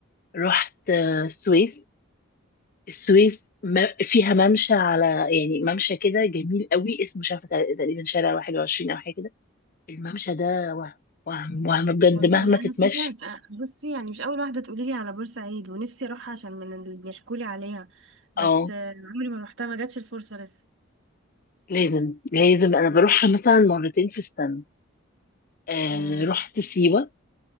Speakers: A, on the left; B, on the right.
A: رحت آه، السويس السويس ما فيها ممشى على يعني ممشى كده جميل قوي اسمه مش عارفه تقريبا شارع 21 او حاجه كده الممشى ده وهم وهم وهم بجد
B: والله
A: مهما تتمشي
B: انا سمعت أ- بصي يعني مش اول واحده تقولي لي على بورسعيد ونفسي اروحها عشان من اللي بيحكوا لي عليها بس
A: اه
B: آه، عمري ما روحتها ما جاتش الفرصه لسه
A: لازم لازم انا بروحها مثلا مرتين في السنه آه
B: مم.
A: رحت سيوه